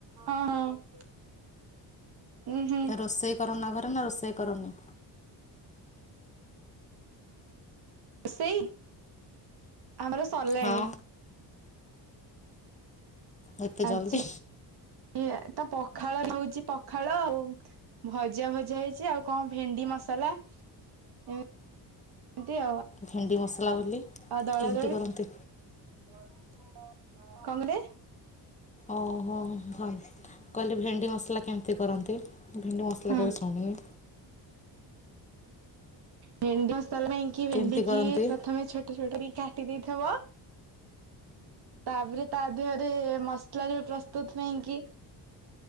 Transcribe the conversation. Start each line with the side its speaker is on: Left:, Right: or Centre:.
Right: ହଁ ହଁ। ହୁଁ ହୁଁ
Left: ରୋଷେଇ କର ନକର ନା ରୋଷେଇ କରନି?
Right: ସେଇ ଆମର ସରିଲାଣି।
Left: ହଁ ଏତେ
Right: ଆଜି
Left: ଜଲ୍ଦି
Right: ଇ ତ ପଖାଳ ହେଉଛି ପଖାଳ ଆଉ ଭଜା ଭଜାଆ ହେଇଛି ଆଉ କଣ ଭେଣ୍ଡି ମସଲା। ଏମ ତି ଆଉ।
Left: ଭେଣ୍ଡି ମସଲା ବୋଲି
Right: ଆ ଦଳାଦଳି
Left: କେମିତି କରନ୍ତି?
Right: କଣ କହିଲେ।
Left: ଓହୋ। ଭଲ କହିଲେ ଭେଣ୍ଡି ମସଲା କେମିତି କରନ୍ତି ଭେଣ୍ଡି ମସଲା
Right: ହଁ
Left: କେବେ ଶୁଣିନି।
Right: ଭେଣ୍ଡି ମସଲା ପାଇଁ କି ଭେଣ୍ଡିିକି
Left: କେମିତି କରନ୍ତି?
Right: ପ୍ରଥମେ ଛୋଟ ଛୋଟକରିକି କା ଟି ଦେଇଥବ ତାପରେ ତା ଦେହରେ ମସଲାରେ ପ୍ରସ୍ତୁତ ପାଇଁଁକି